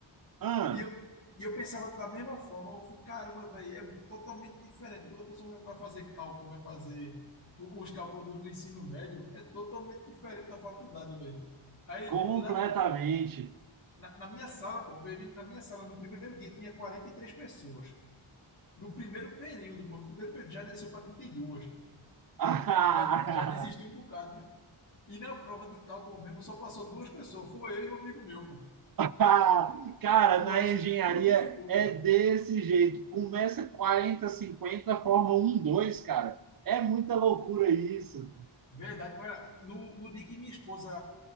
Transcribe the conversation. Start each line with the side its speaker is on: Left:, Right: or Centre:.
Right: ah,
Left: E eu, e eu pensava da mesma forma, eu fiquei, caramba, velho, é totalmente diferente. Quando a pessoa vai fazer cálculo, vai fazer o- os cálculos do, do ensino médio, é totalmente diferente da faculdade, velho. Aí,
Right: completamente.
Left: lá na, na- na minha sala, pô, veio- na minha sala, no primeiro dia, tinha 43 pessoas. No primeiro período, pô, no primeiro período já desceu para 32.
Right: Ah.
Left: Já, já desistiu
Right: <laughs>
Left: um bocado, né? E na prova de cálculo mesmo, só passou duas pessoas. Foi eu e um amigo meu, pô.
Right: Ah, cara,
Left: O
Right: na
Left: resto,
Right: engenharia
Left: tudo ficou,
Right: é
Left: pô.
Right: desse jeito. Começa 40, 50, forma 1, 2, cara. É muita loucura isso.
Left: Verdade. Olha, no, no dia que minha esposa